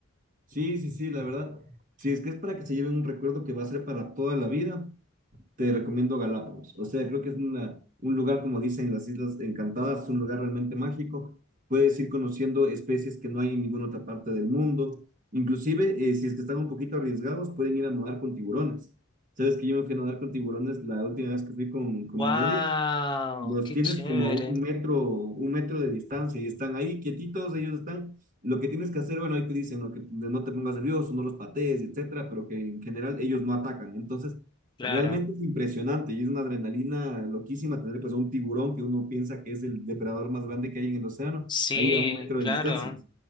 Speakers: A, on the right; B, on the left.
A: Sí, sí, sí, la verdad. Sí, es que es para que se lleven un recuerdo que va a ser para toda la vida te recomiendo Galápagos. O sea, creo que es una, un lugar, como dicen las Islas Encantadas, un lugar realmente mágico. Puedes ir conociendo especies que no hay en ninguna otra parte del mundo. Inclusive, eh, si es que están un poquito arriesgados, pueden ir a nadar con tiburones. Sabes que yo me fui a nadar con tiburones la última vez que fui con, con
B: ¡Wow!
A: mi novia los
B: ¡Qué
A: tienes
B: chévere!
A: como a un metro, un metro de distancia y están ahí quietitos, ellos están, lo que tienes que hacer, bueno, ahí te dicen ¿no? que no te pongas nervioso, no los patees, etcétera, pero que en general ellos no atacan. Entonces,
B: Claro.
A: realmente es impresionante y es una adrenalina loquísima tener pues a un tiburón que uno piensa que es el depredador más grande que hay en el océano,
B: Sí,
A: ahí a un metro
B: claro.
A: de distancia.